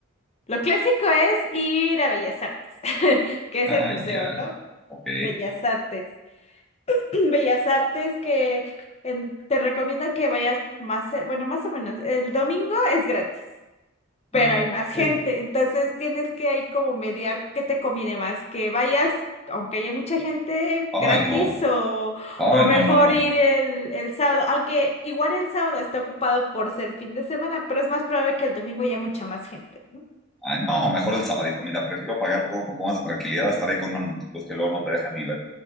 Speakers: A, on the left (about 30°); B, in the centre.
A: Lo clásico es ir a Bellas Artes, <laughs> que es
B: Ah,
A: el museo,
B: ya.
A: ¿no?
B: Ok.
A: Bellas Artes. <clears throat> Bellas Artes que en- te recomiendo que vayas más, eh, bueno, más o menos. El domingo es gratis, pero
B: Ah,
A: hay más
B: ok.
A: gente, entonces tienes que ahí como mediar qué te conviene más, que vayas, aunque haya mucha gente,
B: Ay,
A: gratis
B: no.
A: o,
B: Ay,
A: o mejor
B: no, no, no.
A: ir el, el sábado, aunque igual el sábado está ocupado por ser fin de semana, pero es más probable que el domingo haya mucha más gente. ¿no?
B: Ah, no, mejor el sabadito. Mira, prefiero pagar por un poco más de tranquilidad, estar ahí con una multitud que luego no te dejan ni ver.